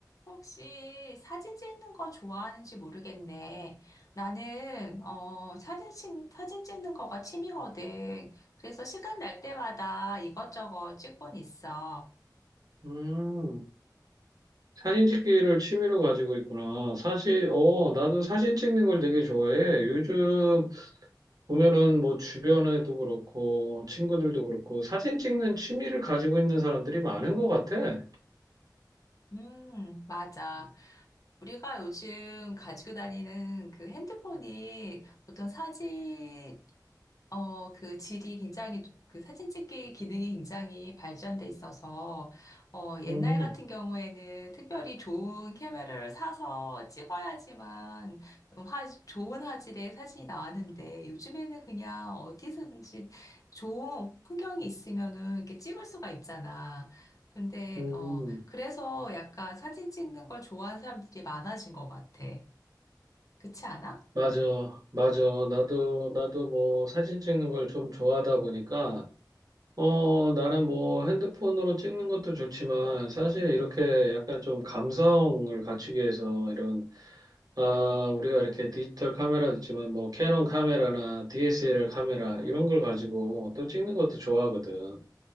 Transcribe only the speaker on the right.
음, 사진 찍기를 취미로 가지고 있구나. 사실, 어, 나도 사진 찍는 걸 되게 좋아해. 요즘 보면은 뭐 주변에도 그렇고, 친구들도 그렇고, 사진 찍는 취미를 가지고 있는 사람들이 많은 것 같아.
음,
음,
맞아, 맞아. 나도, 나도 뭐 사진 찍는 걸 좀 좋아하다 보니까, 어, 나는 뭐 핸드폰으로 찍는 것도 좋지만, 사실 이렇게 약간 좀 감성을 갖추기 위해서 이런 아, 우리가 이렇게 디지털 카메라도 있지만 뭐 캐논 카메라나 DSLR 카메라 이런 걸 가지고 또 찍는 것도 좋아하거든.